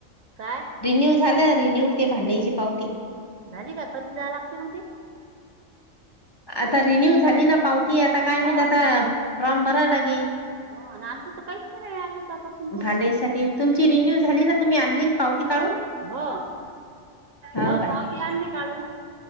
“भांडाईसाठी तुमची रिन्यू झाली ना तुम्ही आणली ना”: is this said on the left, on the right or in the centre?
Left